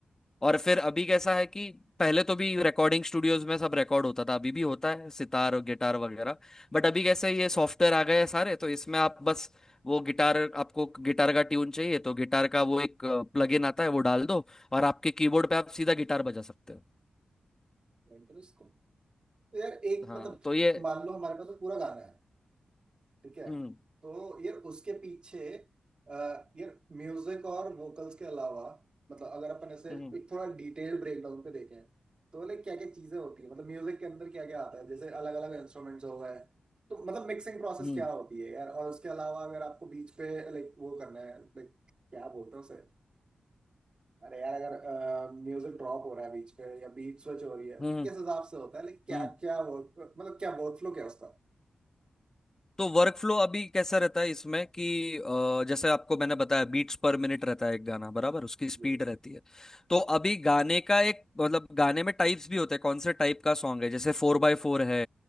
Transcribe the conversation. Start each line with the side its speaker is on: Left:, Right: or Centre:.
Left: और फिर अभी कैसा है कि पहले तो भी रिकॉर्डिंग स्टूडियोज में सब रिकॉर्ड होता था अभी भी होता है सितार और गिटार वगैरह बट अभी कैसे ये सॉफ्टवेयर आ गए हैं सारे तो इसमें आप बस वो गिटार आपको गिटार का ट्यून चाहिए तो गिटार का वो एक प्लगइन आता है वो डाल दो और आपके कीबोर्ड पे आप सीधा गिटार बजा सकते हो
Right: है इंटरेस्ट को तो यार एक
Left: हाँ
Right: मतलब
Left: तो ये
Right: मान लो हमारे पास तो पूरा गाना है ठीक है
Left: हम्म
Right: तो यार उसके पीछे अ, यार म्यूजिक और वोकल्स के अलावा मतलब अगर अपन ऐसे
Left: हम्म
Right: एक थोड़ा डिटेल ब्रेकडाउन पे देखें तो लाइक क्या क्या चीजें होती है मतलब म्यूजिक के अंदर क्या क्या आता है जैसे अलग अलग इंस्ट्रूमेंट्स हो गए तो मतलब मिक्सिंग प्रोसेस
Left: हम्म
Right: क्या होती है यार और उसके अलावा अगर आपको बीच पे लाइक वो करना है लाइक क्या बोलते हैं उसे अरे यार अगर म्यूजिक ड्रॉप हो रहा है बीच पे या बीट स्विच हो रही है
Left: हम्म
Right: किस हिसाब से होता है लाइक क्या
Left: हम्म
Right: क्या वर्क मतलब क्या वर्क फ्लो क्या है उसका
Left: तो वर्क फ्लो अभी कैसा रहता है इसमें कि अ, जैसे आपको मैंने बताया बीट्स पर मिनट रहता है एक गाना बराबर उसकी स्पीड
Right: जी।
Left: रहती है तो अभी गाने का एक मतलब गाने में टाइप्स भी होते हैं कौन से टाइप का सॉन्ग है जैसे फोर बाय फोर है